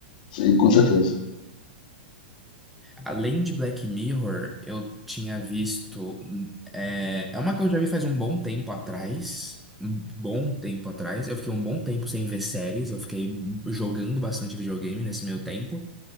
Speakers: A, on the left; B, in the centre.
A: sim, com certeza.
B: Além de Black Mirror, eu tinha visto. É, é uma que eu já vi faz um bom tempo atrás. Um bom tempo atrás. Eu fiquei um bom tempo sem ver séries. Eu fiquei jogando bastante videogame nesse meio tempo.